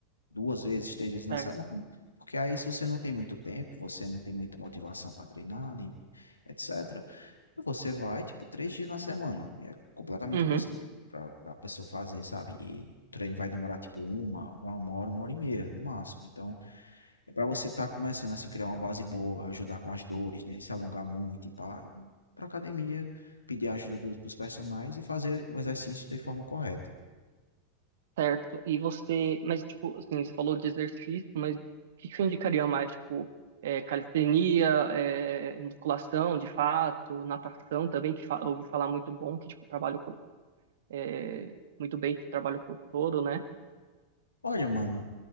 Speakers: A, on the left; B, on the right.
A: duas vezes, três vezes na
B: certo.
A: semana. Porque aí, se você não tem muito tempo, você não tem muita motivação para treinar, nem etc. Você vai, tipo, três dias na semana. E é completamente
B: Uhum.
A: possível pra, pra pessoa fazer, sabe? E o treino vai demorar, tipo, uma, uma hora, uma hora e meia, no máximo. Então, é pra você estar começando, assim, criar uma base boa, ajudar com as dores, né? Se alongar muito e pá. E ir pra academia, pedir a ajuda dos, dos personagens e fazer o exercício de forma correta.
B: Certo. E você, mas tipo, assim, você falou de exercício, mas o que que você indicaria mais? Tipo, é, calistenia, é, musculação, de fato, natação também, que fa eu ouvi falar muito bom, que tipo, trabalha o corpo, é, muito bem, que trabalha o corpo todo, né?
A: Olha, mano,